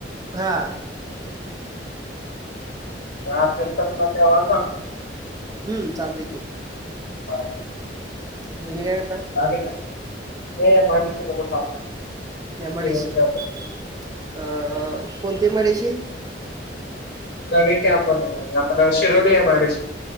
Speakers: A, on the right; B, on the left.
A: हा.
B: कवा असेल तेव्हा सांग
A: हम्म चालतेय की,
B: हा
A: तुम्ही काय करताय.
B: <unintelligible>
A: एम आय डी सी
B: सांगतो
A: शी अं... कोणती एम आय डी सी शी.
B: <unintelligible> आपलं Shiroli M I D C.